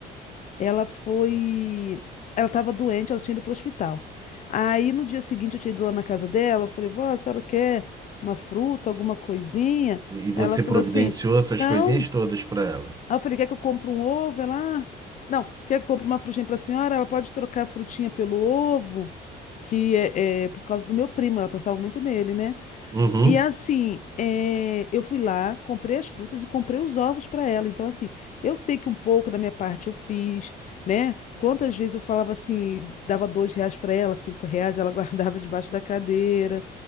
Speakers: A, on the left; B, on the right.
A: ela foi, ela estava doente, ela tinha ido para o hospital. Aí no dia seguinte eu tinha ido lá na casa dela, eu falei, vó, a senhora quer uma fruta, alguma coisinha?
B: E você
A: Aí ela falou
B: providenciou
A: assim,
B: essas
A: não.
B: coisinhas todas para ela.
A: Aí eu falei, quer que eu compre um ovo? Ela, ah, não, quer que eu compre uma frutinha pra senhora? Ela pode trocar a frutinha pelo ovo, que é, é por causa do meu primo, ela pensava muito nele, né?
B: Uhum.
A: E assim, é, eu fui lá, comprei as frutas e comprei os ovos para ela. Então, assim, eu sei que um pouco da minha parte eu fiz, né? Quantas vezes eu falava assim, dava dois reais para ela, cinco reais, ela <laughs> guardava debaixo da cadeira.